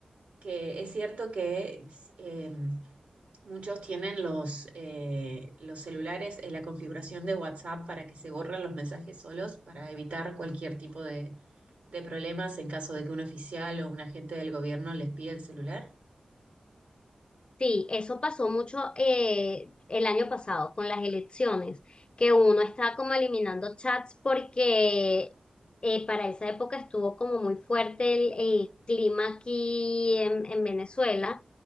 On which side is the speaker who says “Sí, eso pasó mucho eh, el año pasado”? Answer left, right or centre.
Left